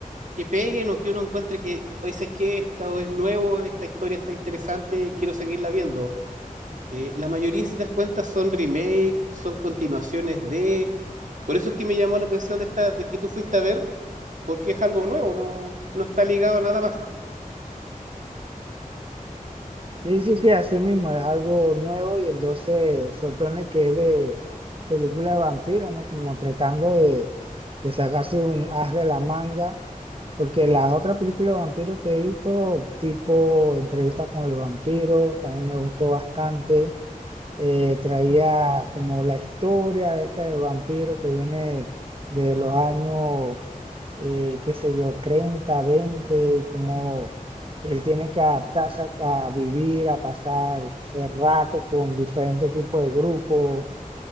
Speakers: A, on the right (about 60°); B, on the right (about 40°).
A: que peguen o que uno encuentre que, o dices que esta o es nuevo, esta historia está interesante, quiero seguirla viendo. Eh, la mayoría, si te das cuenta, son remake, son continuaciones de... Por eso es que me llamó la atención esta de que tú fuiste a ver, porque es algo nuevo, no, no está ligado a nada más.
B: Sí, sí, sí, así mismo, es algo nuevo y entonces sorprende que es de película de vampiros, ¿no? Como tratando de, de sacarse un as de la manga, porque las otras películas de vampiros que he visto, tipo Entrevista con el vampiro, también me gustó bastante. eh, traía como la historia de este vampiro que viene de los años, eh, qué sé yo, 30 20 y cómo él tiene que adaptarse a, a vivir, a pasar el rato con diferentes tipos de grupos.